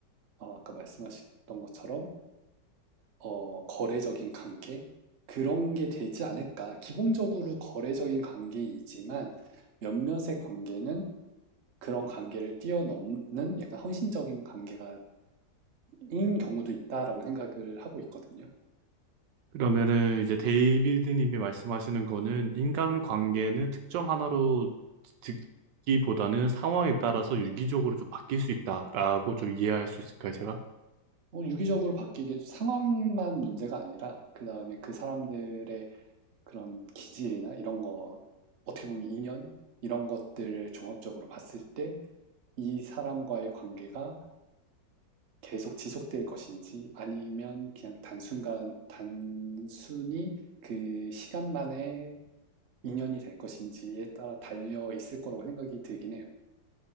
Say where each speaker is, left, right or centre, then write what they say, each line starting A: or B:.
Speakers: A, on the right; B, on the right.
A: 어, 아까 말씀하셨던 것처럼 어, 거래적인 관계 그런 게 되지 않을까 기본적으로 거래적인 관계이지만 몇몇의 관계는 그런 관계를 뛰어넘는 약간 헌신적인 관계가 인 경우도 있다라고 생각을 하고 있거든요.
B: 그러면은 이제 데이비드님이 말씀하시는 거는 인간 관계는 특정 하나로 듣기보다는 상황에 따라서 유기적으로 좀 바뀔 수 있다라고 좀 이해할 수 있을까요, 제가?
A: 어, 유기적으로 바뀌기 상황만 문제가 아니라 그 다음에 그 사람들의 그런 기질이나 이런 거 어떻게 보면 인연 이런 것들을 종합적으로 봤을 때 이 사람과의 관계가 계속 지속될 것인지 아니면 그냥 단순간 단순히 그 시간만의 인연이 될 것인지에 따라 달려 있을 거라고 생각이 들긴 해요.